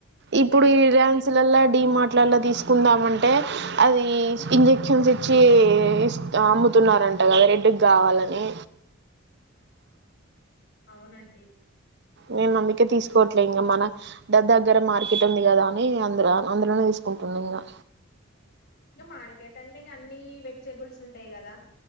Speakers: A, on the right; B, on the left.
A: ఇప్పుడు
B: ఇంకా నైట్
A: ఈ యాన్సులలా డీ మార్టీలలో తీసుకుందాంటే అది ఇంజక్షన్ చేసినా తున్నారంట కదా రెడ్కి కావాలని
B: అవునండి
A: నేను అందుకే తీసుకోవట్లే ఇంక మన దగ్గర మార్కెట్ ఉంది కదా అని అందు అందులోనే తీసుకుంటున్నా ఇంకా
B: ఇంక మార్కెట్ అంటే ఇంకా అన్ని వెజిటేబుల్స్ ఉంటాయి కదా